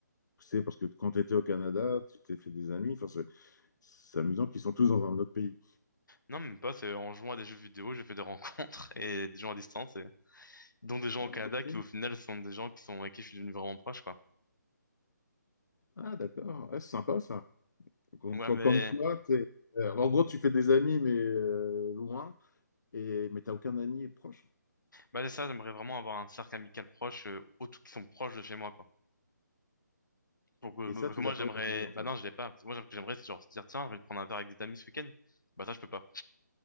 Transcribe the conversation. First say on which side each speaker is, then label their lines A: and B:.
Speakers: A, on the left (about 70°); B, on the left (about 80°).
A: c'est parce que quand tu étais au Canada, tu t'es fait des amis, enfin, c'est c'est amusant qu'ils sont tous dans un autre pays.
B: non, même pas, c'est en jouant à des jeux vidéo, j'ai fait des rencontres <laughs> et des gens à distance et dont des gens
A: Ah,
B: au Canada
A: ok,
B: qui au final sont des gens qui sont avec qui je suis devenu vraiment proche quoi.
A: ah, d'accord, Ah, c'est sympa ça. Comme,
B: Ouais,
A: comme-
B: mais
A: comme quoi, t'es- euh, en gros, tu fais des amis, mais euh, loin, et, mais t'as aucun ami proche.
B: bah c'est ça, j'aimerais vraiment avoir un cercle amical proche euh, autres qui sont proches de chez moi quoi. Donc euh,
A: Et ça,
B: parce
A: tu
B: que moi
A: l'as
B: j'aimerais
A: pas aujourd'hui, en fait.
B: bah non, je l'ai pas parce que moi ce que j'aimerais c'est genre se dire tiens, je vais prendre un verre avec des amis ce week-end. Bah ça je peux pas.